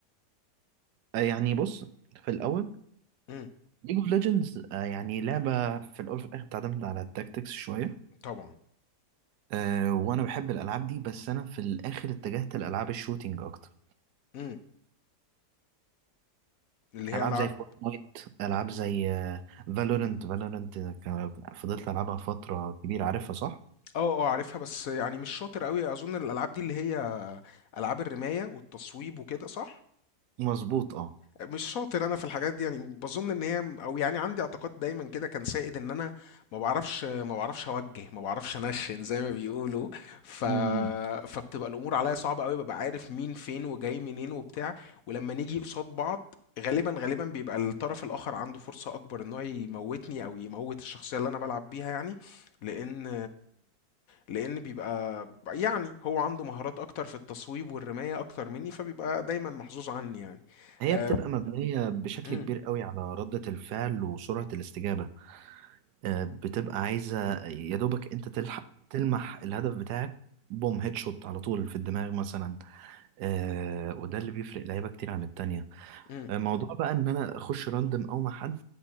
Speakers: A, on the right (about 75°); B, on the left (about 65°).
A: آه يعني بص في الاول
B: امم
A: ليج اوف ليجندز يعني لعبه في الاول في الاخر بتعتمد على التاكتكس شويه
B: طبعا
A: آه وانا بحب الالعاب دي بس انا في الاخر اتجهت لالعاب الشوتينج اكتر
B: امم اللي هي
A: العاب
B: العاب
A: زي فورتنايت العاب زي فالورنت فالورنت فضلت العبها فتره كبيره عارفها صح
B: اه اه عارفها بس يعني مش شاطر قوي اظن الالعاب دي اللي هي العاب الرمايه والتصويب وكده صح
A: مظبوط اه
B: مش شاطر انا في الحاجات دي يعني بظن ان هي او يعني عندي اعتقاد دايما كده كان سائد ان انا ما بعرفش ما بعرفش اوجه ما بعرفش انشن زي ما بيقولوا ف
A: مم.
B: فبتبقى الامور عليا صعبه قوي ببقى عارف مين فين وجاي منين وبتاع ولما نيجي قصاد بعض غالبا غالبا بيبقى الطرف الاخر عنده فرصه اكبر ان هو يموتني او يموت الشخصيه اللي انا بلعب بيها يعني لان لان بيبقى يعني هو عنده مهارات اكتر في التصويب والرمايه اكتر مني فبيبقى دايما محظوظ عني يعني
A: هي
B: آه،
A: بتبقى مبنيه بشكل
B: إمم،
A: كبير قوي على رده الفعل وسرعه الاستجابه آه، بتبقى عايزة يا دوبك انت تلحق تلمح الهدف بتاعك بوم هيد شوت على طول في الدماغ مثلا آه وده اللي بيفرق لعيبة كتير عن التانية
B: إمم،
A: آه، موضوع بقى ان انا اخش راندم او مع حد